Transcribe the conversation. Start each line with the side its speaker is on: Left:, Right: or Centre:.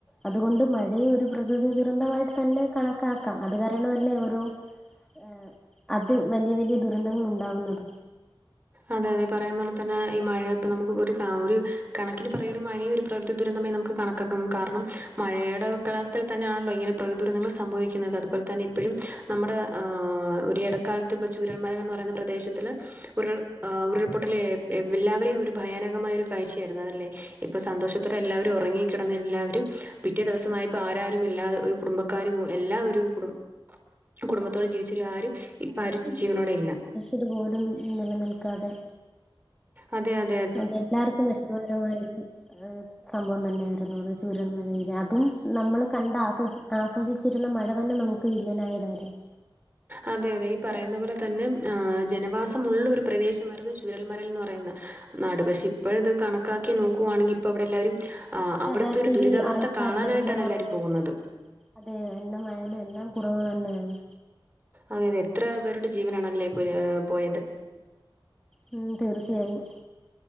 Centre: അതുകൊണ്ട് മഴയെ ഒരു പ്രകൃതി ദുരന്തമായിട്ട് തന്നെ കണക്കാക്കാം അത് കാരണമല്ലേ ഓരോ
Right: <inaudible>
Centre: ഏ അത് വല്യ വല്യ ദുരന്തങ്ങൾ ഉണ്ടാവുന്നതും
Right: അതെ അതെ പറയും പോലെ തന്നെ ഈ മഴ ഇപ്പൊ നമുക്ക് ഒരു ക ഒരു കണക്കിന് പറയാണേ മഴയും ഒരു പ്രകൃതി ദുരന്തമായി നമുക്ക് കണക്കാക്കാം കാരണം മഴയുടെ കാലാവസ്ഥയിൽ തന്നെയാണല്ലോ ഇങ്ങനെ പ്രകൃദുരന്തങ്ങൾ സംഭവിക്കുന്നത് അതുപോൽ തന്നെ ഇപ്പഴും നമ്മുടെ ഒരു ഇടക്കാലത്ത് ഇപ്പോൾ ചുരൽമല എന്ന് പറയുന്ന പ്രദേശത്തില് ഉര്ള്ള് ആ ഉരുൾപൊട്ടല്ലേ എല്ലാവരെയും ഒരു ഭയാനകമായ ഒരു കാഴ്ചയായിരുന്നു അതല്ലേ ഇപ്പൊ സന്തോഷ <unintelligible> എല്ലാവരും ഉറങ്ങിക്കിടന്ന എല്ലാവരും പിറ്റേ ദിവസമായപ്പോ ആരാരും ഇല്ലാതെ ഒരു കുടുംബക്കാരുപോ എല്ലാ ഒരുകുടും ആ കുടുംബത്തോട് ജീവിച്ചവരാരും ഇപ്പ ആരും ജീവനോടെ ഇല്ല
Centre: ഇതു പോലും നിലനിൽക്കാതെ
Right: അതെ അതെ
Centre: അതെ എല്ലാർക്കും വെഷമകരമായ <unintelligible> സംഭവം തന്നെയായിരുന്നു അത് ചൂരൽമലയിലെ അതും നമ്മൾ കണ്ട് ആസ്വ ആസ്വദിച്ചിരുന്ന മഴ തന്നെ നമുക്ക് ക്ക്‌ വില്ലനായതായിരുന്നു
Right: അതെ അതെ ഈ പറയുന്ന പോലെ തന്നെ ആ ജനവാസമുള്ള ഒരു പ്രദേശമായിരുന്നു ചുരൽമരൽ എന്ന് പറയുന്നത് നാട് പക്ഷെ ഇപ്പഴും ഇത് കണക്കാക്കി നോക്കുവാണെങ്കി ഇപ്പ വ്ടെല്ലാവരും ആ
Centre: ശരാശരി
Right: അവിടുത്തെ ഒരു ദുരിതാവസ്ഥ
Centre: ആൾക്കാരുടെ
Right: കാണാനായിട്ടാണ്
Centre: എണ്ണമായാലും
Right: എല്ലാവരും പോകുന്നത്
Centre: അതെ എണ്ണ മയലും എല്ലാം കുറവ് തന്നെയാണ്
Right: അതെയതെ എത്ര പേരുടെ ജീവനാണല്ലേ പോയത്
Centre: മം തീർച്ചയായും